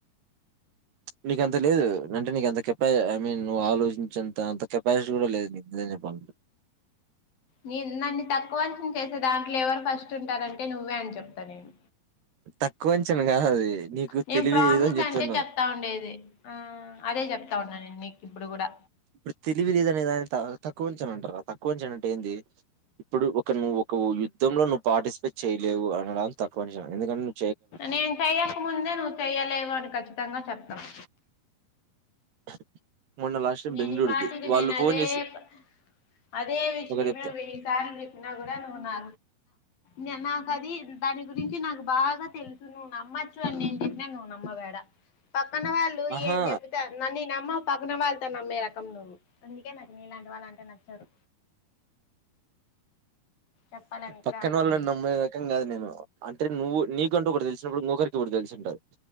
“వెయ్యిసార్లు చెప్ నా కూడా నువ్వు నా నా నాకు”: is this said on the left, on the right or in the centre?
Left